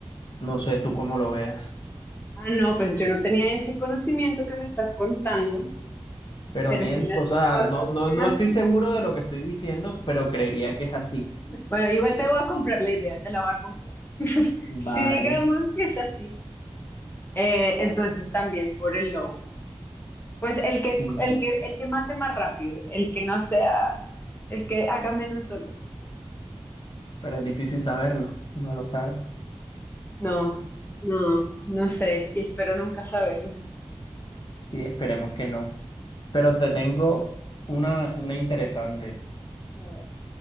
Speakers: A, on the left; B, on the left.
A: No sé tú cómo lo veas,
B: Ah, no, pues yo no tenía ese conocimiento que me estás contando,
A: pero
B: pero
A: mien-
B: si las
A: o sea,
B: cosas
A: no, no,
B: son
A: no estoy
B: así.
A: seguro de lo que estoy diciendo, pero creería que es así.
B: Bueno, igual te voy a comprar la idea, te la voy a comprar. <laughs>
A: Vale,
B: Si digamos que es así, eh, entonces también por el lobo. Pues el que,
A: mm,
B: el que, el que mate más rápido, el que no sea, el que haga menos dolor.
A: pero es difícil saberlo, no lo sabes.
B: No, no, no sé, y espero nunca saberlo.
A: Sí, esperemos que no. Pero te tengo una, una interesante.
B: A ver.